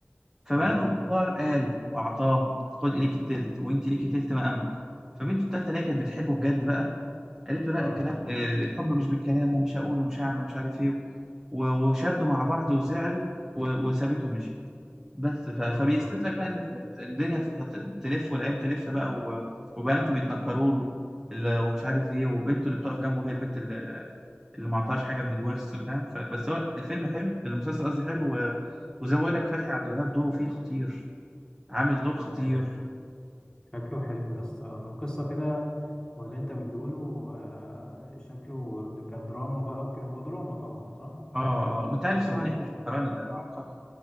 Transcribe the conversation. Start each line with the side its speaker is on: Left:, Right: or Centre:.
Right: فبناته
Left: والله
Right: الكبار قالوا أعطاهم خد ليكي التلت وأنت ليكي تلت ما أملك فبنته التالتة اللي هي كانت بتحبه بجد بقى قالت له لا
Left: اه
Right: الكلام آه، الحب مش بالكلام ومش هقول ومش هعمل ومش عارف إيه و- وشدوا مع بعض وزعلوا و- وسابته ومشي بس ف...
Left: بجد
Right: فبيثبت
Left: والله
Right: لك بقى ان الدنيا تت- هت- هتلف والايام تلف بقى و... وبناته بيتنكروا له ال- ومش عارف ايه وبنته اللي بتقف جنبه هي البت اللي اللي ما عطاهاش حاجه من الورث فاهم ف... بس هو الفيلم حلو المسلسل قصدي حلو و... وزي ما بقول لك فتحي عبد الوهاب دوره فيه خطير عامل دور خطير
Left: جامد شكله حلو يا اسطى من القصة كده واللي انت بتقوله آه، شكله كدراما بقى وكده هو دراما طبعا صح
Right: اه اه وانت عارف
Left: شكله
Right: طبعا يحيى الفخراني ده عبقري